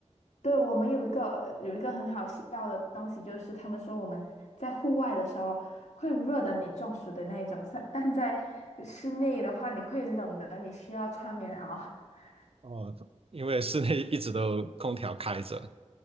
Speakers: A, on the left; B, on the right.
A: 对，我们有一个有一个很好笑的东西，就是他们说我们在户外的时候会热的你中暑的那一种，但但在室内的话你会冷的，你需要穿棉袄。<laughs>
B: 哦，因为室内一直都空调开着，